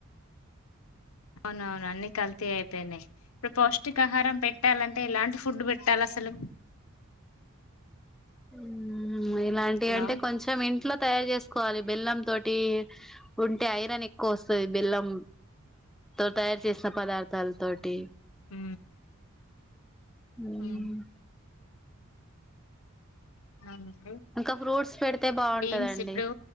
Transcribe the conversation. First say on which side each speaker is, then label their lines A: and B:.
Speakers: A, on the left; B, in the centre.
A: అవునవును అన్ని కల్తీ అయిపోయినాయి పౌష్టికాహారం పెట్టాలంటే ఎలాంటి ఫుడ్ పెట్టాలి అసలు
B: ఉహమ్ అమ్మ ఇలాంటివి
A: హలో
B: అంటే కొంచెం ఇంట్లో తయారు చేసుకోవాలి బెల్లం తోటి ఉంటే ఐరన్ ఎక్కువ వస్తుంది బెల్లం తో తయారు చేసిన పదార్థ తల్ తోటి
A: ఊ
B: మ్మ్,
A: ఉ అవును
B: ఇంకా ఫ్రూట్స్ పెడితే బాగుంటదండి
A: బీన్స్ ఇప్పుడు